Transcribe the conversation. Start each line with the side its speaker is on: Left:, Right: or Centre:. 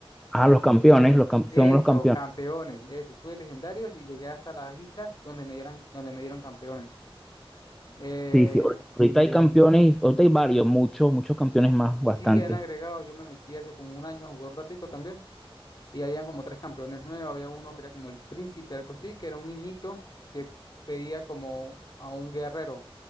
Centre: Ah, los campeones, los cam-
Left: Eso,
Centre: son los campeones.
Left: campeones. Eso. Tuve legendarios y llegué hasta las islas donde me dieran, donde me dieron campeones. Eh,
Centre: Sí, sí. ahor- Ahorita hay campeones, ahorita hay varios, muchos, muchos campeones más, bastante.
Left: sí, han agregado. Yo me metí hace como un año a jugar un ratico también. Y habían como tres campeones nuevos. Había uno que era como el príncipe, algo así, que era un niñito que pedía como a un guerrero.